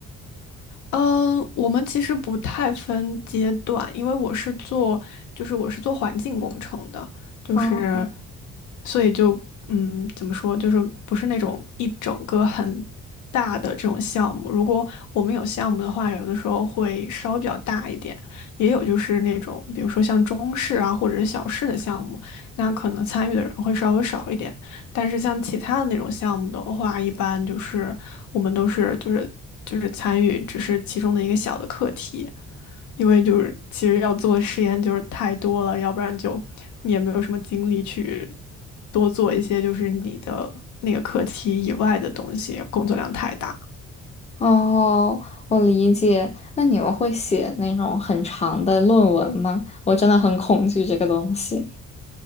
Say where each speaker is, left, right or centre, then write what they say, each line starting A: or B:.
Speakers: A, on the left; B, on the left.
A: 嗯，呃我们其实不太分阶段，因为我是做，就是我是做环境工程的，就是，
B: 啊。
A: 所以就，嗯，怎么说，就是不是那种一整个很大的这种项目。如果我们有项目的话，有的时候会稍微比较大一点，也有就是那种，比如说像中式啊或者是小式的项目，那可能参与的人会稍微少一点。但是像其他的那种项目的话，一般就是我们都是就是就是参与，只是其中的一个小的课题，因为就是其实要做的实验就是太多了，要不然就你也没有什么精力去多做一些就是你的那个课题以外的东西，工作量太大。
B: 哦，我理解。那你们会写那种很长的论文吗？我真的很恐惧这个东西